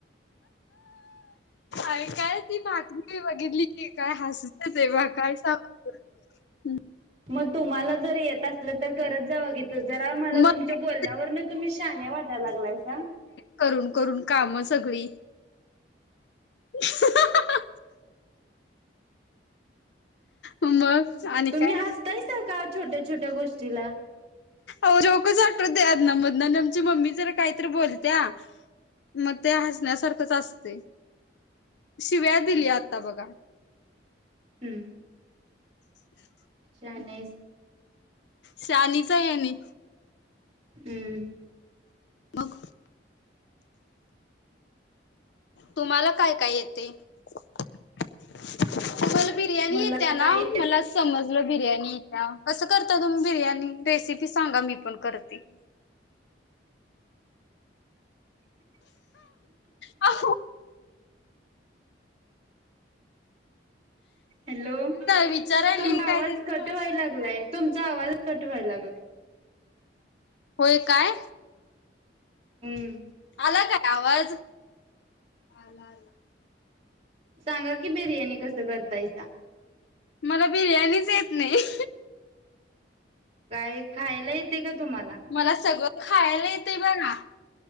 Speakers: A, on the left (about 70°); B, on the right (about 35°).
A: ऐकाय ती मातमी मीऊ बघितली की काय हास हे देवा काय सांगू तुला? हम्म.
B: मद तुम्हाला जर येत असल तर करत जावा. जरा मला
A: मग
B: तुमच्या बोलण्यावरन तुम्ही शान्या वाटायला लागलायसा.
A: करून करून काम सगळी उ ह ह ह. मग आणि
B: तुम्ही
A: काय
B: हसतायसा का छोट्या छोट्या गोष्टीला
A: आव जोकच आठवते आज्ञा मदन अन आमची मम्मी जरा काहीतरी बोलत्या मग ते हसण्यासारखंच अस असे. शिव्या दिली आता बघा.
B: हम्मं.
A: <inaudible>
B: शहाणायसा
A: शाणीच हाय आणि
B: हम्म.
A: मग, तुमाला काय काय येतय? <inaudible> तुम्हाला बिर्याणी
B: मला
A: येतीया ना
B: काही
A: मला समजलं बिर्याणी येतीया कसं करता तुम्ही? बिर्याणी रेसिपी सांगा मी पण करते. हं अओ.
B: हॅलो तुमचा
A: विचारायला काय
B: आवाज
A: ते
B: कट व्हायला लागलाय तुम् चा आवाज कट व्हायला लागलाय.
A: होय काय.
B: हम्म
A: आला काय आवाज आला आला.
B: सांगा की बिर्याणी कसं करतायसा? ता
A: मला बिर्याणीच येत नाही.
B: काय खायला येते का तुम्हाला
A: मला सगळं खायला येतंय बघा.